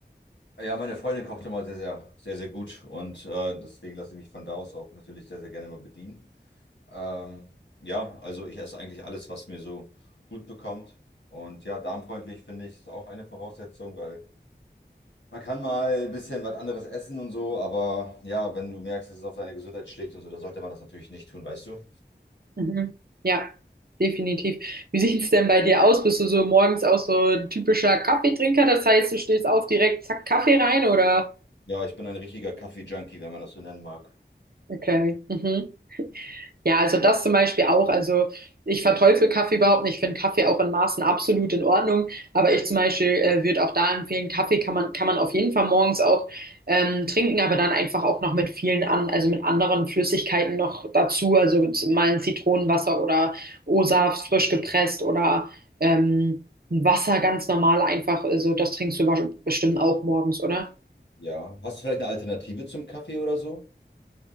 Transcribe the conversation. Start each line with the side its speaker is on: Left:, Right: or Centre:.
Left: Ja, meine Freundin kocht immer sehr, sehr, sehr, sehr gut und äh, deswegen lasse ich mich von da aus auch natürlich sehr, sehr gerne mal bedienen. Ähm, ja, also ich esse eigentlich alles, was mir so gut bekommt. Und ja, darmfreundlich finde ich, ist auch eine Voraussetzung, weil Man kann mal ein bisschen was anderes essen und so, aber ja, wenn du merkst, dass es auf deine Gesundheit schlägt und so, dann sollte man das natürlich nicht tun, weißt du?
Right: Mhm. Ja, definitiv. Wie sieht es denn bei dir aus? Bist du so morgens auch so ein typischer Kaffeetrinker? Das heißt, du stehst auf direkt, zack, Kaffee rein oder?
Left: Ja, ich bin ein richtiger Kaffee-Junkie, wenn man das so nennen mag.
Right: Okay. Mhm. Ja, also das zum Beispiel auch. Also ich verteufel Kaffee überhaupt nicht. Ich finde Kaffee auch in Maßen absolut in Ordnung. Aber ich zum Beispiel äh, würde auch da empfehlen, Kaffee kann man, kann man auf jeden Fall morgens auch ähm, trinken, aber dann einfach auch noch mit vielen an, also mit anderen Flüssigkeiten noch dazu. Also mal ein Zitronenwasser oder O-Saft frisch gepresst oder ähm, ein Wasser ganz normal einfach. Also das trinkst du wahrscheinlich- bestimmt auch morgens, oder?
Left: Ja. Hast du vielleicht eine Alternative zum Kaffee oder so?